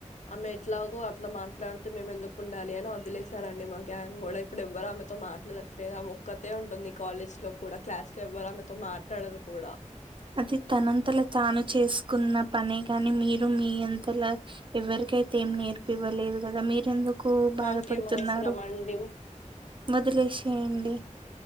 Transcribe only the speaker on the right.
అది తనంతలో తాను చేసుకున్న పనే గాని మీరు మీ అంతలా ఎవరికైతే ఏం నేర్ పిలవలేదు కదా మీరెందుకు ఎక్కువ బాధపడుతున్నారు
వదిలేసి ఏండి.